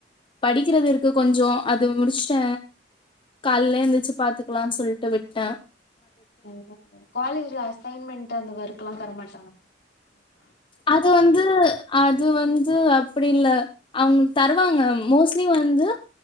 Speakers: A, on the left; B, on the left.
A: படிக்கிறது இருக்கு கொஞ்சோ அது முடிச்சுட்ட கால்ல எந்திரிச்சி பாத்துக்கலானு சொல்லிட்டு விட்ட
B: ஓ காலேஜ்ல அசைன்மெண்ட் அந்த ஓர்க் க்லா தரமாட்
A: அது வந்து அது வந்து அப்டி இல்ல அவங்க தர்வாங்க மோஸ்லி வந்து